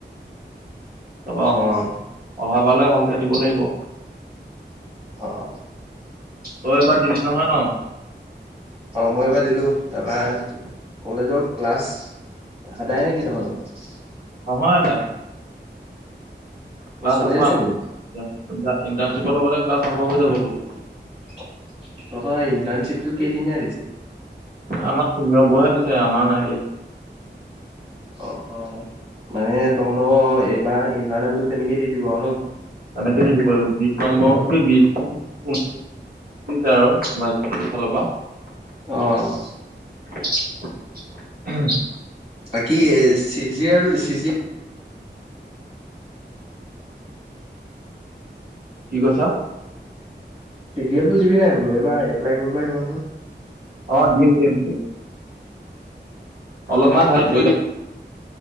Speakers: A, on the right; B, on the right.
A: তাৰপৰা
B: অ
A: অহা বাৰলে ভালকে দিব লাগিব।
B: অ
A: তই এবাৰ দিলি নহয় ন'?
B: অঁ' মই এইবাৰ দিলো। তাৰপা কলেজৰ ক্লাছ আদায় নেকি তহঁতৰ?
A: নহয় আদায়। ক্লাছ
B: চলি
A: আকৌ
B: আছে
A: আ
B: নি
A: <unintelligible> ইণ্টাৰ্ণশ্বিপৰ লগতে ক্লাছ আৰম্ভ হৈ যাব বোলে।
B: তহঁতৰ সেই ইণ্টানশিপটো কেইদিনিয়া দিছে‌?
A: আমাক ছিনিঅ'ৰ বোৰৰহে দিছে আমাৰ নাই দিয়া।
B: অঁ' অঁ' মানে তহঁতৰ এইবাৰ ইণ্টাৰনেলটো তেনেকেই দি দিব আৰু ন'।
A: তেনেকেই দি <unintelligible> বিশ নম্বৰ কি বিশ <unintelligible> আৰু এইফালৰ পৰা।
B: অঁ'।
A: <unintelligible>
B: বাকী C G L C G
A: কি কৈছ?
B: চি জি এলটো দিবি নাই বোলো এইবাৰ এপ্লাই কৰিব আহিব নহয়।
A: অঁ' দিম দিম। অলপমান
B: চি
A: হেল্প
B: জি
A: কৰি
B: এলত,
A: দিম